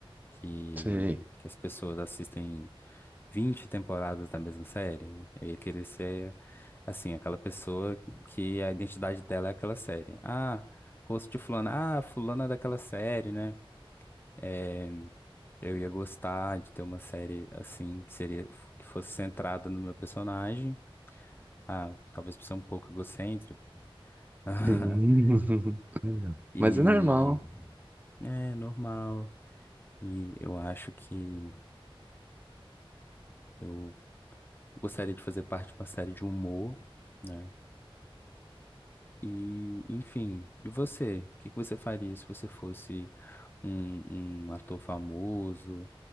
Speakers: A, on the left; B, on the right.
A: que,
B: Sei.
A: que as pessoas assistem 20 temporadas da mesma série. Eu ia querer ser, assim, aquela pessoa que a identidade dela é aquela série. Ah, rosto de fulano. Ah, fulana é daquela série, né? É, eu ia gostar de ter uma série, assim, que seria, que fosse centrada no meu personagem. Ah, talvez por ser um pouco egocêntrico. <laughs>
B: Sim. <laughs>
A: E
B: Mas é normal.
A: é normal. E eu acho que eu Gostaria de fazer parte de uma série de humor, né? E, enfim, e você? O que que você faria se você fosse um, um ator famoso?